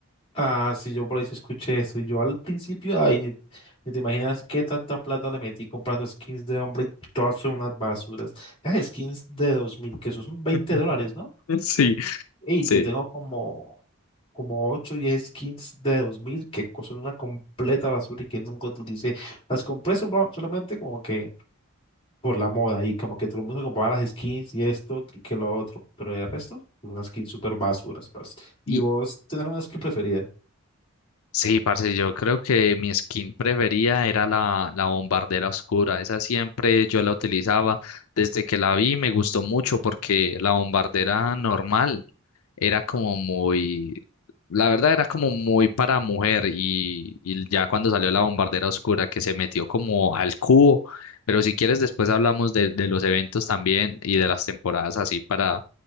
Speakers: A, on the left (about 25°); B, on the left (about 80°).
A: Ah, sí, yo por ahí sí escuché eso. Y yo al principio, ay, ni te imaginas qué tanta plata le metí comprando skins de hombre y todas son unas basuras. Esas skins de 2000 que eso son 20
B: <laughs>
A: dólares, ¿no?
B: Sí,
A: Y
B: sí.
A: yo tengo como, como 8 o 10 skins de 2000 que son una completa basura y que nunca utilicé. Las compré solo- solamente como que por la moda y como que todo el mundo compraba las skins y esto y que lo otro, pero el resto, unas skins súper basuras, parce. ¿Y
B: Y
A: vos tenés una skin preferida?
B: sí, parce, yo creo que mi skin preferida era la, la bombardera oscura. Esa siempre yo la utilizaba. Desde que la vi me gustó mucho porque la bombardera normal era como muy, la verdad era como muy para mujer y, y ya cuando salió la bombardera oscura que se metió como al cubo, pero si quieres después hablamos de, de los eventos también y de las temporadas así para,